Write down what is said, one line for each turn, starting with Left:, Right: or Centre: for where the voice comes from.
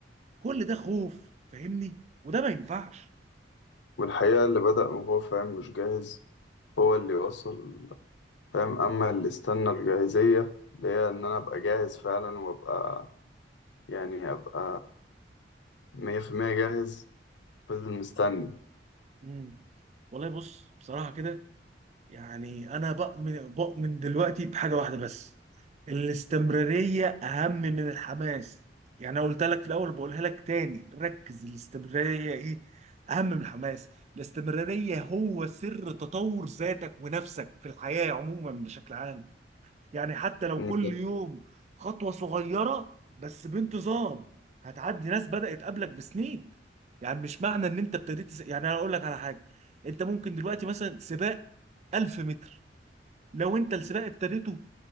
Right: كل ده خوف فاهمني وده ما ينفعش
Left: والحقيقة اللي بدأ وهو فاهم مش جاهز هو اللي يوصل فاهم أما اللي استنى الجاهزية اللي هي إن أنا أبقى جاهز فعلا وأبقى يعني أبقى مية في المية جاهز فضل مستني
Right: مم. والله بص بصراحة كده يعني أنا بؤمن بؤمن دلوقتي بحاجة واحدة بس الاستمرارية أهم من الحماس يعني أنا قلت لك في الأول بقولها لك تاني ركز الاستمرارية إيه أهم من الحماس الاستمرارية هو سر تطور ذاتك ونفسك في الحياة عموما بشكل عام يعني حتى لو
Left: أنت
Right: كل يوم خطوة صغيرة بس بانتظام هتعدي ناس بدأت قبلك بسنين يعني مش معنى ان انت ابتديت تس- يعني انا اقول لك على حاجة انت ممكن دلوقتي مثلا سباق 1000 متر لو انت السباق ابتديته